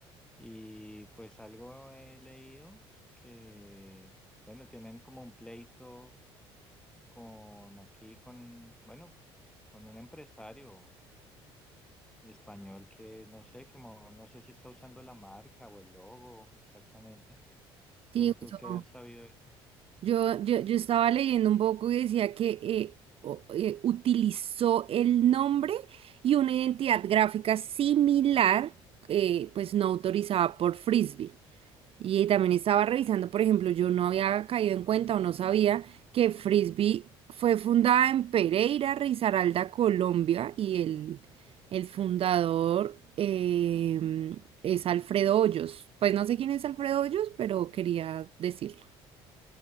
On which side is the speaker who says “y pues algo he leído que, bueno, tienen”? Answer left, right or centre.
Centre